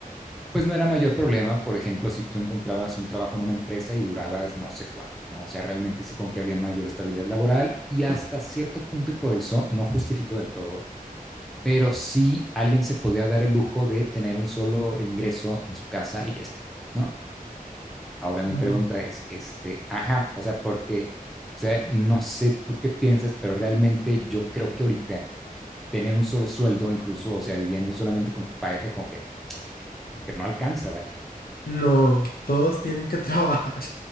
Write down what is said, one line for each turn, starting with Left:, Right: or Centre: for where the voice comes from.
Centre: pues no era mayor problema, por ejemplo, si tú encontrabas un trabajo en una empresa y durabas no sé cuánto, ¿no? O sea, realmente sí como que había mayor estabilidad laboral y hasta cierto punto, y por eso no justifico del todo pero sí alguien se podía dar el lujo de tener un solo ingreso en su casa y ya está, ¿no? Ahora mi
Left: claro.
Centre: pregunta es, este, ajá, o sea, porque, o sea, no sé tú qué piensas, pero realmente yo creo que ahorita tener un solo sueldo, incluso, o sea, viviendo solamente con tu pareja, como que, como que no alcanza, vaya.
Left: No, todos tienen que trabajar.